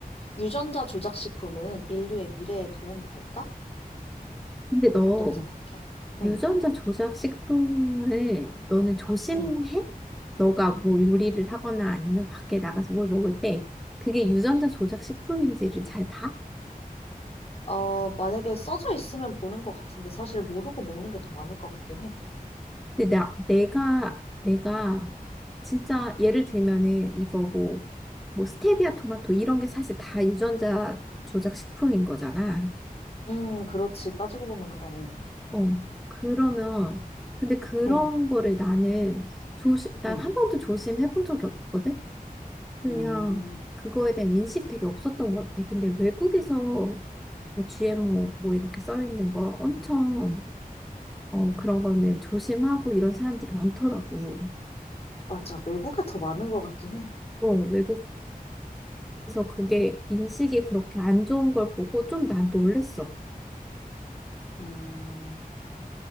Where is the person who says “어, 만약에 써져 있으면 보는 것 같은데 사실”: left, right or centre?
Left